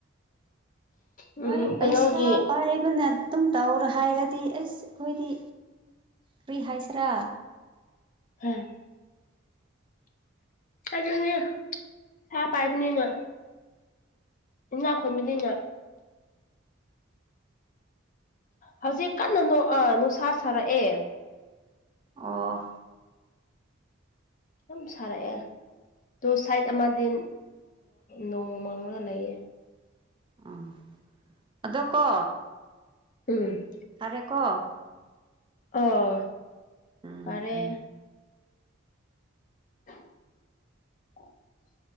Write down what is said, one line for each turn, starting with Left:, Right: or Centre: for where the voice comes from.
Left: ꯎꯝ
Right: ꯅꯣꯏ
Left: ꯀꯩꯅꯣꯒꯤ
Right: ꯄꯩꯁꯥ ꯄꯥꯏꯕꯅ ꯑꯗꯨꯝ ꯇꯧꯔꯣ ꯍꯥꯏꯔꯗꯤ ꯑꯁ ꯑꯩꯈꯣꯏꯗꯤ ꯀ꯭ꯔꯤ ꯍꯥꯏꯁꯤꯔꯥ
Left: ꯍꯝ ꯑꯗꯨꯅꯤ ꯄꯩꯁꯥ ꯄꯥꯏꯕꯅꯤꯅ ꯏꯅꯥꯛ ꯈꯨꯟꯕꯅꯤꯅ ꯍꯧꯖꯤꯛ ꯀꯟꯅ ꯅꯣꯛꯑ ꯅꯨꯡꯁꯥ ꯁꯥꯔꯛꯑꯦ
Right: ꯑꯣ
Left: ꯁꯨꯝ ꯁꯥꯔꯛꯑꯦ ꯇꯣ ꯁꯥꯏꯠ ꯑꯃꯗꯤ ꯅꯣꯡ ꯃꯥꯡꯂꯒ ꯂꯩꯌꯦ
Right: ꯎꯝ ꯑꯗꯣ ꯀꯣ
Left: ꯎꯝ
Right: ꯐꯔꯦ ꯀꯣ
Left: ꯑꯣ
Right: ꯎꯝ
Left: ꯐꯔꯦ
Right: ꯎꯝ
Left: <unintelligible>